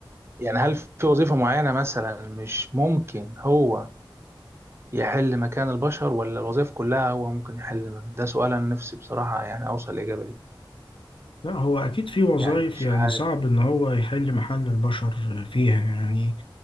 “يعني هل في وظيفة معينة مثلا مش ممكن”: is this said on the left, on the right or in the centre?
Right